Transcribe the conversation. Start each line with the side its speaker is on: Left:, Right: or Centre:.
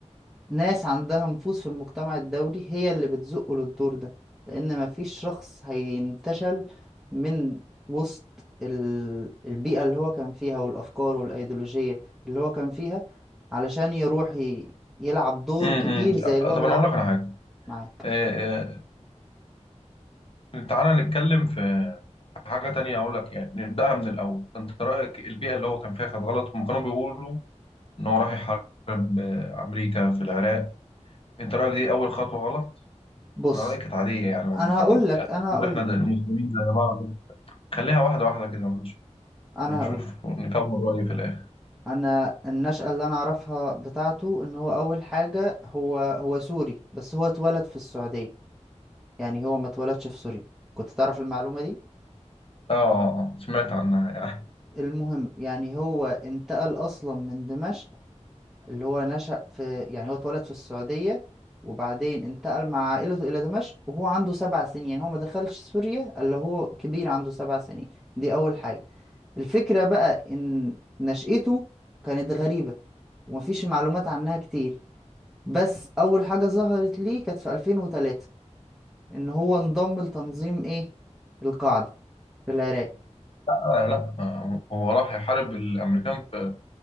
Centre: ناس عندها نفوذ في المجتمع الدولي هي اللي بتزقه للدور ده لان ما فيش شخص هينتشل من وسط ال- البيئة اللي هو كان فيها والافكار والايديولوجية اللي هو كان فيها علشان يروح ي- يلعب دور
Left: امم
Centre: كبير زي اللي هو
Left: طب
Centre: بيلعبه
Left: انا اقول لك على حاجه
Centre: معاك
Left: آه، آه، تعالى نتكلم في في حاجه تانية اقول لك يعني نبداها من الاول انت رايك البيئه اللي هو كان فيها كانت غلط هم كانوا بيقولوا ان هو راح يحارب آه، امريكا في العراق انت رايك دي اول خطوه غلط
Centre: بص
Left: انا رايي كانت عاديه يعني
Centre: انا
Left: هم كانوا
Centre: هقول لك
Left: يعني
Centre: انا
Left: المفروض
Centre: هقول
Left: احنا
Centre: لك
Left: ده- المسلمين زي بعض خليها واحده واحده كده
Centre: انا
Left: ونشوف
Centre: هقول لك
Left: نكون رأي في الآخر
Centre: انا النشأة اللي انا اعرفها بتاعته ان هو اول حاجة هو هو سوري بس هو اتولد في السعودية يعني هو ما اتولدش في سوريا كنت تعرف المعلومة دي
Left: آه آه، آه، سمعت عنها يعني
Centre: المهم يعني هو انتقل اصلا من دمشق اللي هو نشأ في يعني هو اتولد في السعودية وبعدين انتقل مع عائلته الى دمشق وهو عنده سبع سنين يعني هو ما دخلش سوريا الا هو كبير عنده سبع سنين دي اول حاجة الفكرة بقى إن نشأته كانت غريبة ومفيش معلومات عنها كتير بس أول حاجة ظهرت ليه كانت في 2003 إن هو انضم لتنظيم إيه القاعدة في العراق
Left: لا آه، لا آه، هو راح يحارب الأمريكان في